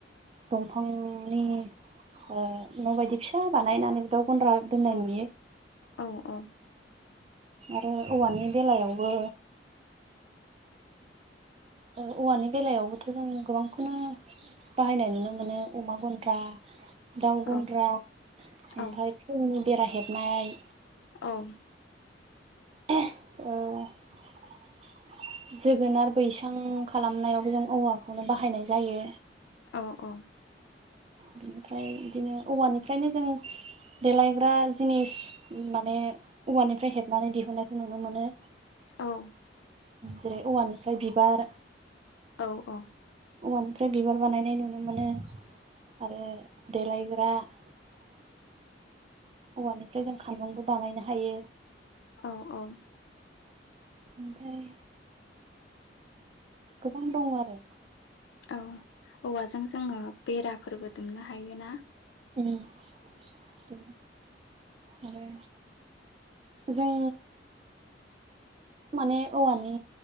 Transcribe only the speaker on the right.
दंफांनि अ न बायदि फिसा बानायनानै दा गनद्रा दोननाय
नुयो
आरो औवानि बेलायावबो औवानि बेलायावबोथ' जों गोबांखौनो बाहायनाय नुनो मोनो अमा गन्द्रा दाउ गन्द्रा
ओमफय
फुलनि बेरा हेबनाय
<unintelligible> जोगोनार बैसां खालामनायावबो जों औवाखौनो बाहायनाय जायो
बिनिफ्राय बिदिनो औवानिफ्रायनो जों देलायग्रा जिनिस माने औवानिफ्राय हेबनानै दिहुनायखौ नुनो मोनो
जेरै औवानिफ्राय बिबार
औवानिफ्राय बिबार बानायनाय नुनो मोनो आरो देलायग्रा <unintelligible> औवानिफ्राय जों खानजुंबो बानायनो हायो
ओमफ्राय गोबां दंङो आरो
उम <inaudible> <unintelligible> आरो जों माने औवानि